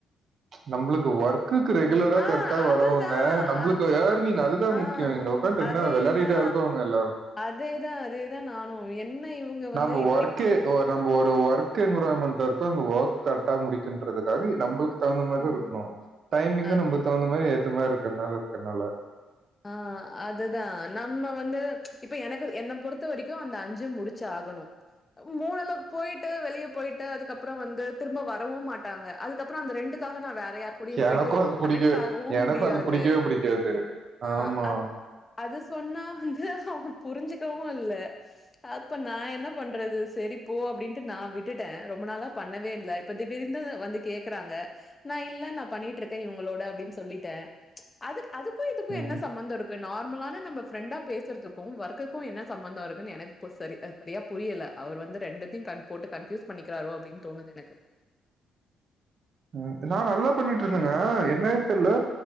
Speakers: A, on the right; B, on the left.
A: நம்பளுக்கு ஒர்க் க்கு ரெகுலரா
B: ஆ
A: கரெக்டா வரவங்க
B: அதுதா
A: நம்மளுக்கு
B: அ
A: ஏர்னிங் அதுதா
B: ஆ
A: முக்கியோ இங்க உக்கான்ட்டு என்ன
B: அதேதா
A: வெளையாடிட்டா இரு இருக்கவங்க எல்லாரும்
B: அதேதா அதேதா நானும் என்ன இவங்க வந்து
A: நம்ம
B: இப்டி
A: வொர்க்கே நம்ம ஒரு ஒர்க் என்வரான்மெண்ட்ல்ல இருக்கோ அந்த ஒர்க் கரெக்ட்டா முடிக்கன்றதுக்காக நம்மளுக்கு தகுந்த மாரி
B: ம்
A: தா இருக்கணும் டைமிங்கு
B: அ
A: நமக்கு தகுந்த மாரி ஏத்த மாரி இருக்கிறனால இருக்கிறனால
B: ஆ அதுதா நம்ம வந்து இப்ப எனக்கு என்ன பொறுத்த வரைக்கும் அந்த அஞ்சு முடிச்சு ஆகணும் மூணுல போயிட்டு வெளியே போயிட்டு அதுக்கப்றோ வந்து திரும்ப வரவும் மாட்டாங்க அதுக்கப்றோ அந்த ரெண்டு அதுக்காக நா வேற யாரு கூடுயும் போயிட்டு
A: எனக்கும் அது பிடிக்கவே
B: கனெக்ட் ஆகவும்
A: எனக்கும்
B: முடியாது
A: அது பிடிக்கவே பிடிக்காது
B: ஆ
A: ஆமா
B: அ அது சொன்னா வந்து அவ புரிஞ்சுக்கவும் இல்ல அப்ப நா என்ன பண்றது சரிப்போ அப்டின்ட்டு நா விட்டுட்டே ரொம்ப நாளா பண்ணவே இல்ல பத்து பேருந்து வந்து கேக்குறாங்க நா இல்ல நா பண்ணிட்டு இருக்கே இவங்களோட அப்டின்னு சொல்லிட்டே அது அதுக்கும் இதுக்கும்
A: ம்,
B: என்ன சம்மந்தோ இருக் நார்மலான நம்ம ஃப்ரெண்டா பேசுறதுக்கும் ஒர்க்குக்கும் என்ன சம்மந்தோ இருக்குன்னு எனக்கு போ சரி சரியா புரியல அவர் வந்து ரெண்டத்தையும் கண் போட்டு கன்ஃப்யூஸ் பண்ணிக்கிறாரோ அப்டின்னு தோணுது எனக்கு
A: ம் நா நல்லா பண்ணிட்டு இருந்தேங்க என்னன்னே தெரில்ல